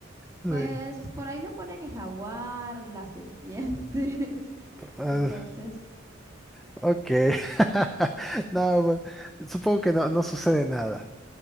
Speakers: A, in the centre; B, on the right (about 15°).
A: sí.
B: pues por ahí le ponen el jaguar, las serpientes. <laughs>
A: Ah,
B: Entonces,
A: ok. <laughs> No, bueno, supongo que no, no sucede nada.